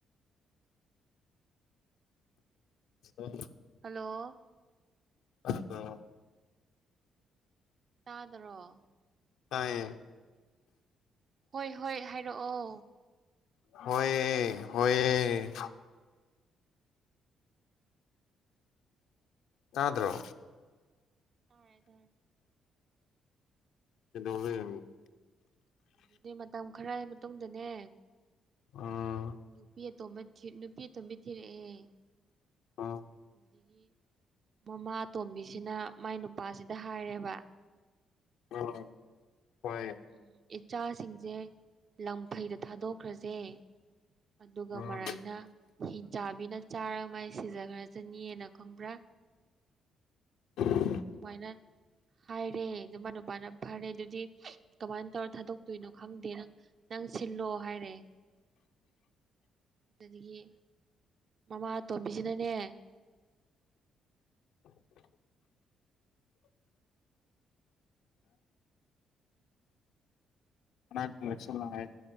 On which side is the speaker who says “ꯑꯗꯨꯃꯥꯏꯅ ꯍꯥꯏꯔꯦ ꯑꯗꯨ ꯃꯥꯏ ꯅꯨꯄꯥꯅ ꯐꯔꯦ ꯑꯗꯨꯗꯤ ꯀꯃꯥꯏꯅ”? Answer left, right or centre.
Right